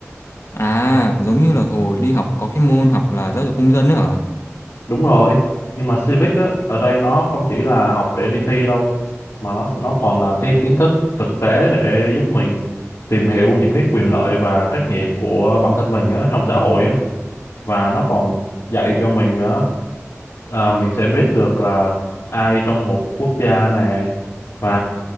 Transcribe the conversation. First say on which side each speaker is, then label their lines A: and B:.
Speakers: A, on the left; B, on the left.
A: À, giống như là hồi đi học có cái môn học là giáo dục công dân đấy hả?
B: đúng rồi nhưng mà civic á ở đây nó không chỉ là học để đi thi đâu mà nó nó còn là cái kiến thức thực tế để giúp mình tìm hiểu những cái quyền lợi và trách nhiệm của bản thân mình á trong xã hội á và nó còn dạy cho mình nữa à, mình sẽ biết được là ai trong một quốc gia này và